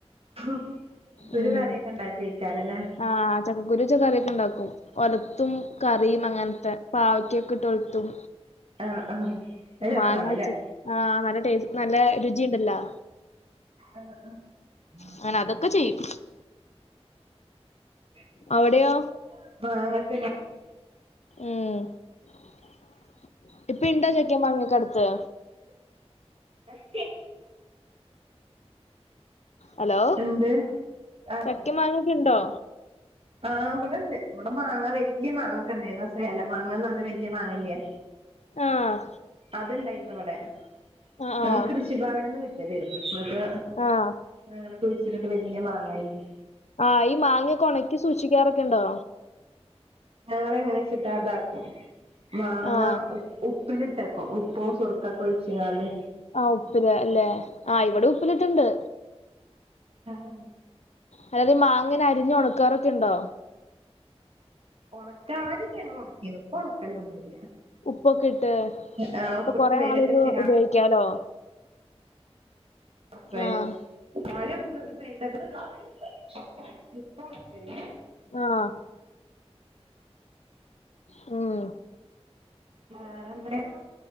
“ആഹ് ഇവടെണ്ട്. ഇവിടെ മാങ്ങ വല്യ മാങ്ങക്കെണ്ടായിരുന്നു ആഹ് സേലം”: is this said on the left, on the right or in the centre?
Right